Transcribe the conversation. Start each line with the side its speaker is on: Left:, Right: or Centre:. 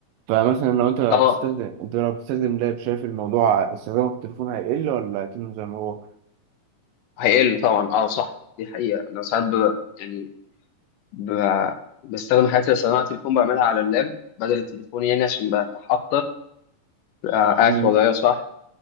Right: فمثلا لو انت بتستخدم
Left: اه
Right: انت لو بتستخدم لاب شايف الموضوع استخدامك في التليفون هيقل ولا هيكمل زي ما هو؟
Left: هيقل طبعا اه صح دي حقيقه انا ساعات ب... يعني ب... بستخدم حياتي بستخدم على التليفون بعملها على اللاب بدل التليفون يعني عشان برتاح اكتر ببقى قاعد
Right: امم
Left: في وضعيه صح